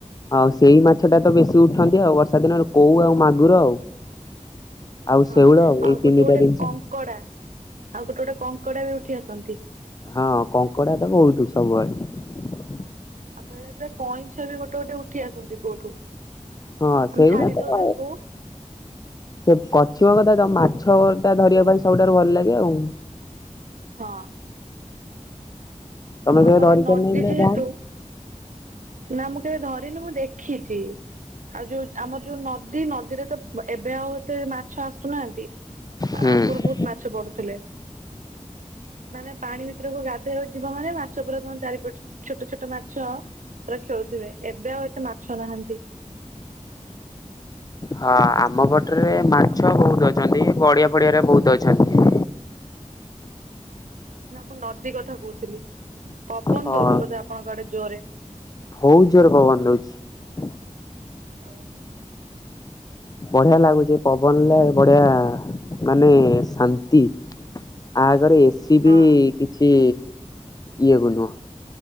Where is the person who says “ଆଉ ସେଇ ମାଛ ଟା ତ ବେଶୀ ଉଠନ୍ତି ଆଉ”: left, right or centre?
Left